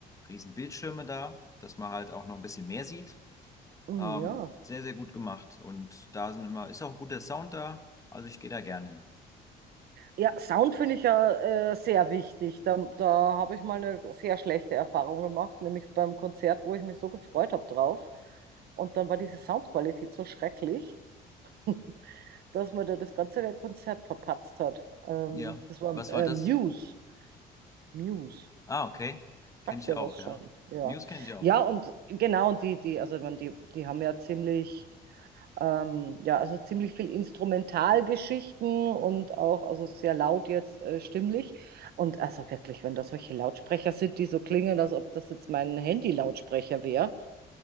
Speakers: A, on the left; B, on the right.
A: riesen Bildschirme da, dass man halt auch noch ein bisschen mehr sieht.
B: Hm,
A: Ähm,
B: Ja.
A: sehr, sehr gut gemacht. Und da sind immer, ist auch ein guter Sound da. Also ich gehe da gern hin.
B: Ja, Sound finde ich ja äh, sehr wichtig. Da, da habe ich mal eine sehr schlechte Erfahrung gemacht, nämlich beim Konzert, wo ich mich so gefreut habe drauf. Und dann war diese Soundqualität so schrecklich, <laughs> dass man da das ganze Konzert verpatzt hat. Ähm,
A: Ja.
B: das war
A: Was
B: äh,
A: war das?
B: Muse. Muse.
A: Ah, okay. Kenne
B: Sagt
A: ich
B: er
A: auch,
B: was
A: ja.
B: schon, ja.
A: Muse kenne ich auch.
B: Ja, und genau, und die, die, also ich meine, die, die haben ja ziemlich, ähm, ja, also ziemlich viel Instrumentalgeschichten und auch, also sehr laut jetzt äh, stimmlich. Und also wirklich, wenn das solche Lautsprecher sind, die so klingen, als ob das jetzt mein Handy-Lautsprecher wäre,